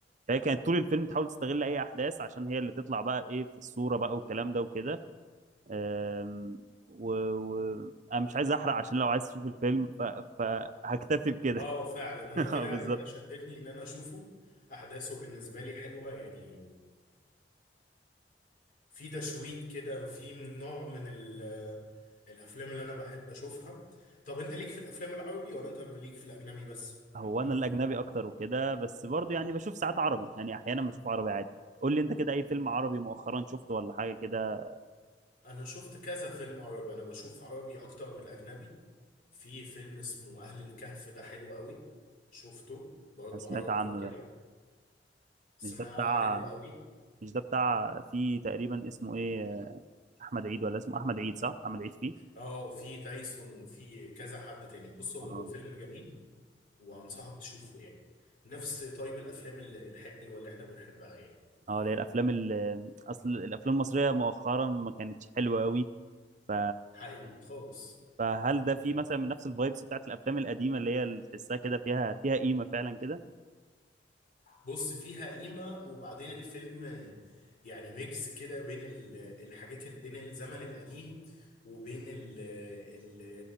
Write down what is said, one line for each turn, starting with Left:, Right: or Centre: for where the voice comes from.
Right: فهي كانت طول الفيلم تحاول تستغل اي احداث عشان هي اللي تطلع بقى ايه في الصوره بقى والكلام ده وكده أم، و... و... انا مش عايز احرق عشان لو عايز تشوف الفيلم ف... فهكتفي بكده
Left: اه فعلا انا
Right: <laughs>
Left: كده
Right: بالظبط
Left: انت شدتني ان انا اشوفه احداثه بالنسبه لي حلوه يعني في تشويق كده وفي نوع من ال- آه، الافلام اللي انا بحب اشوفها طب انت ليك في الافلام العربي ولا انت ليك في الاجنبي بس
Right: هو انا
Left: هم.
Right: الاجنبي اكتر وكده بس برضه يعني بشوف ساعات عربي يعني احيانا بشوف عربي عادي قول لي انت كده اي فيلم عربي مؤخرا شفته ولا حاجه كده
Left: انا شفت كذا فيلم عربي انا بشوف عربي اكتر من الاجنبي في فيلم اسمه اهل الكهف ده حلو قوي شفته برضه
Right: انا سمعت
Left: عربي
Right: عنه
Left: وكده
Right: ده مش
Left: سمعه
Right: ده بتاع
Left: حلو قوي
Right: مش ده بتاع فيه تقريبا اسمه ايه احمد عيد ولا اسمه احمد عيد صح احمد عيد فيه
Left: اه وفي تايسون وفي كذا حد تاني بص هو
Right: اه
Left: فيلم جميل وانصحك تشوفه يعني نفس طيب الافلام ال- الحلوه اللي احنا بنحبها يعني
Right: اه اللي هي الافلام ال... اصل الافلام المصريه مؤخرا ما كانتش حلوه قوي ف...
Left: حقيقي خالص
Right: فهل ده فيه مثلا من نفس الفايبس بتاعت الافلام القديمه اللي هي اللي تحسها كده فيها فيها قيمه فعلا كده
Left: بص فيها قيمة وبعدين الفيلم يعني ميكس كده بين ال- الحاجات اللي بين الزمن القديم وبين ال ال